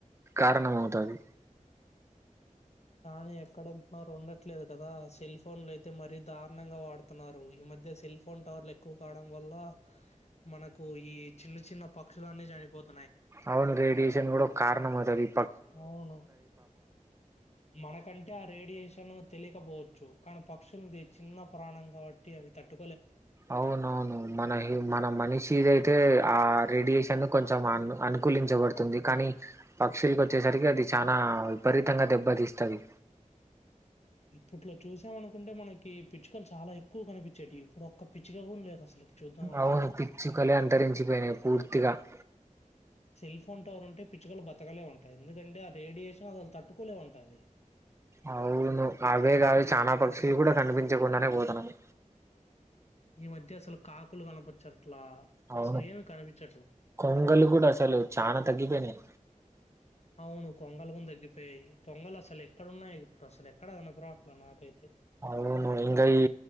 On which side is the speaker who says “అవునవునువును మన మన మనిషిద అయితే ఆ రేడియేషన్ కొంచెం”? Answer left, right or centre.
Right